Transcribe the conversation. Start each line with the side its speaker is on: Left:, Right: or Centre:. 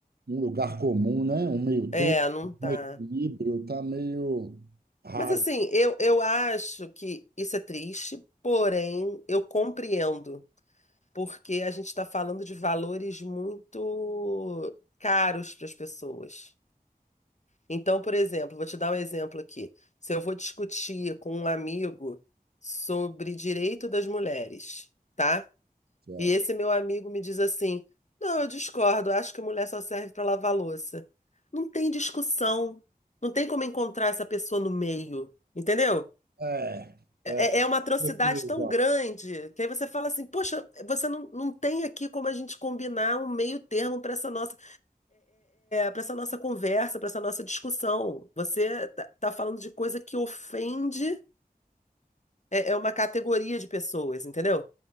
Right: um lugar comum, né? Um meio-termo,
Left: É, não tá.
Right: um equilíbrio, está meio raro.
Left: Mas assim, eu, eu acho que isso é triste, porém eu compreendo, porque a gente está falando de valores muito caros para as pessoas. Então, por exemplo, vou te dar um exemplo aqui. Se eu vou discutir com um amigo sobre direito das mulheres, tá?
Right: É,
Left: E esse meu amigo me diz assim: Não, eu discordo, acho que mulher só serve para lavar louça. Não tem discussão, não tem como encontrar essa pessoa no meio, entendeu?
Right: é,
Left: É,
Right: é,
Left: é é uma atrocidade
Right: certeza.
Left: tão grande que aí você fala assim: Poxa, você não, não tem aqui como a gente combinar um meio termo para essa nossa. para essa nossa conversa, para essa nossa discussão. Você tá, tá falando de coisa que ofende é é uma categoria de pessoas, entendeu?